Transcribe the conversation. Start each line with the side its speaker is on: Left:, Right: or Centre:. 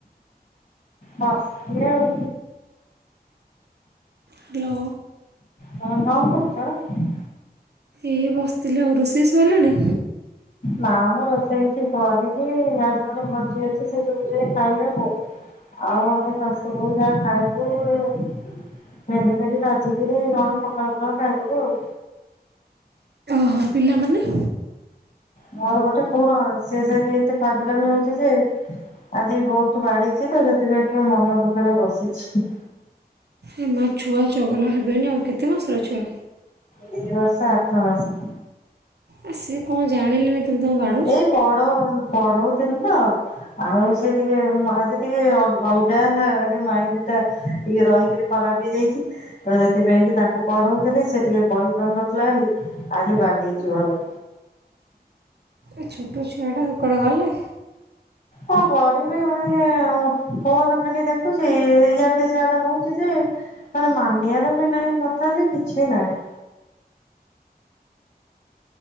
Left: ବସ୍ ଚି ଆଉ।
Right: ହାଲୋ।
Left: ତମେ କଣ କରୁଚ?
Right: ଏଇ ବସିଥିଲି ଆଉ ରୋଷେଇ ସଇଲାଣି?
Left: ନା ମ ରୋଷେଇ କିଛି କରିନି ଆଜି ଗଟେ ଭଜି ଅଛି ସେ ସବୁ ଯ ଖାଇବାକୁ। ଆଉ ଆମେ ଶାଶୁ ବହୁ ଯାହା ଖାଇକି ଭେଣ୍ଡି ଫେଣ୍ଡି ଭାଜିକିରି କଣ ପଖାଳ ଫକାଳ ଖାଇଦେବୁ ଆଉ।
Right: ଆଉ ପିଲାମାନେ।
Left: ମୋର ଗୋଟେ ପୁଅ ସେ ସେଠି ଏତେ ଫାଯ୍ ଲାମୀ ହଉଚି ଯେ ଆଜି ବହୁତ୍ ବାଡେଇଚି ତ ସେଥିପାଇଁ ଟିକେ ମନ ଦୁଃଖରେ ବସିଛି।
Right: ଏ ମା ଛୁଆ ଚଗଲା ହେବେନି ଆଉ କେତେ ମାସର ଛୁଆ?
Left: ଦି ବର୍ଷ ଆଠ ମାସେ।
Right: ଆ ସିଏ କଣ ଜାଣିଲା ନି ତମେ ତାକୁ ବାଡ
Left: ଏଇ ପଢ ପଢଉଥିଲି ତ ଆଉ ସେ ଟିକେ ମାେ ଆଜି ଟିକେ ଅଲଗା ଆଡେ ମାଇଣ୍ଡ୍ ଟା ଟିକେ ରହିକିରି ଖରାପ୍ ହେଇଯାଇଚି। ତ ସେଥିପାଇଁ କି ତାଙ୍କୁ ପଢଉଥିଲି ସେ ଟିକେ କହିପାରୁନଥିଲା ବୋଲି ଆଜି ବାଡେଇଚି ଭଲରେ।
Right: ଏ ଛୋଟ ଛୁଆ ଗୁଡ଼ାକ ଗଲେ
Left: କଁଣ କରିବି ଭଉଣି ଫନ ଖାଲି ଦେଖୁଛି ଇ ଦେ ସଆଡେ ହଉଛି ଯେ ମାନେ ମାନିବାର ବି ନାହିଁ କଥା ଯେ କିଛି ନାହିଁ